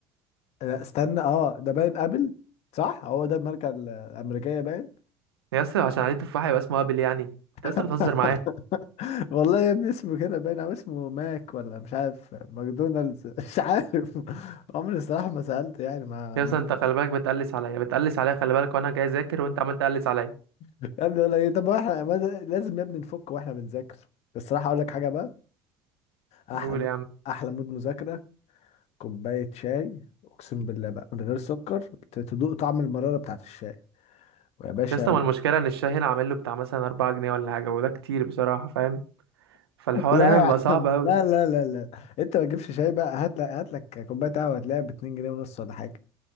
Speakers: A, on the left; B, on the right.
A: <laughs> لا استنى اه ده باين ابل صح؟ هو ده الماركة ال- الأمريكية باين؟
B: يا اسطى عشان عليه تفاحة يبقى اسمه ابل يعني انت لسه
A: <laughs>
B: بتهزر معايا
A: والله يا ابني اسمه كده باين او اسمه ماك ولا مش عارف ماكدونالدز <laughs> مش عارف عمري الصراحة ما سألت يعني ما
B: يا اسطى انت خلي بالك بتقلس عليا بتقلس عليا خلي بالك وانا جاي اذاكر وانت عمال تقلس عليا
A: يا ابني ولا ايه طب احنا ما ده- لازم يا ابني نفك واحنا بنذاكر الصراحه اقول لك حاجه بقى احلى
B: قول
A: مو-
B: يا عم
A: احلى مود مذاكره كوبايه شاي اقسم بالله بقى من غير سكر ت- تدوق طعم المراره بتاعت الشاي ويا باشا
B: يا اسطى
A: و-
B: ما المشكله ان الشاي هنا عامل له بتاع مثلا 4 جنيه ولا حاجه وده كتير بصراحه فاهم فالحوار
A: لا
B: هنا
A: يا
B: بيبقى صعب
A: عم
B: قوي
A: لا لا لا لا انت ما تجيبش شاي بقى هات لك هات لك كوبايه قهوه هتلاقيها ب 2 جنيه ونص ولا حاجه